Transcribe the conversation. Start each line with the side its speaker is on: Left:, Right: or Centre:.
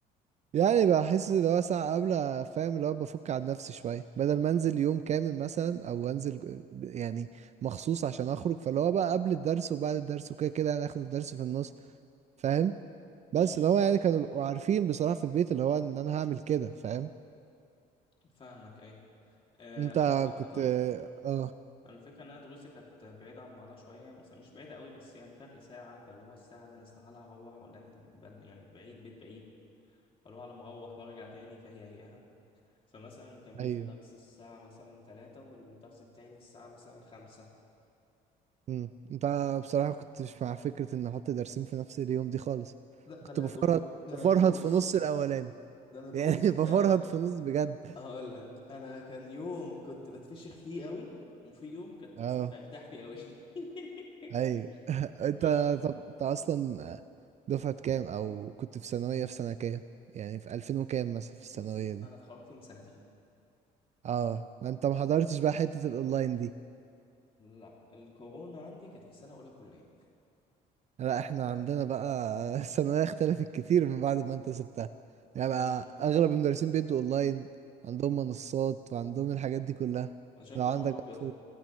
Right: يعني بحس اللي هو ساعة قبل فاهم اللي هو بفك عن نفسي شوية بدل ما انزل يوم كامل مثلا او انزل ج- يعني مخصوص عشان اخرج فاللي هو بقى قبل الدرس وبعد الدرس وكده كده يعني اخد الدرس في النص فاهم بس
Left: أمم،
Right: اللي هو يعني كانوا بيبقوا عارفين بصراحة في البيت اللي هو ان انا هعمل كده فاهم
Left: فاهمك أيوة آه،
Right: انت
Left: أنا صراحة
Right: كنت اه
Left: أنا الفكرة إن أنا دروسي كانت بعيدة عن بعضها شوية بس مش بعيدة قوي بس يعني فرق ساعة فاللي هو الساعة دي أنا استحالة أروح ولا أنا البل- يعني بعيد بيت بعيد فاللي هو على ما اروح وارجع تاني فهي هيها فمثلا كان بيبقى
Right: ايوه
Left: درس الساعة مثلا تلاتة والدرس التاني الساعة مثلا خمسة
Right: مم. انت بصراحة كنتش مع فكرة ان احط درسين في نفس اليوم دي خالص
Left: لا ده
Right: كنت
Left: انا
Right: بفرهد
Left: درو... ده انا
Right: بفرهد
Left: دروس
Right: في نص الاولاني
Left: ده انا دروس
Right: <laughs> يعني بفرهد
Left: يعني
Right: في نص بجد
Left: هقول لك انا كان يوم كنت بتفشخ فيه قوي وفي يوم كنت
Right: اه
Left: مثلا برتاح فيه قوي <laughs>
Right: ايوه <laughs> انت
Left: ف-
Right: طب انت اصلا دفعة كام او كنت في ثانوية في سنة كام يعني في 2000 وكام مثلا في الثانوية
Left: بص
Right: دي
Left: انا اتخرجت من سنتين
Right: اه انت ما حضرتش بقى حتة الاونلاين دي
Left: لا الكورونا عندي كانت في سنه اولى كليه
Right: لا احنا عندنا بقى <laughs> الثانوية اختلفت كتير من بعد ما انت سبتها يعني
Left: امم
Right: بقى اغلب المدرسين بيدوا اونلاين عندهم منصات وعندهم الحاجات دي كلها
Left: عشان
Right: لو
Left: كورونا
Right: عندك
Left: وكده
Right: أخ-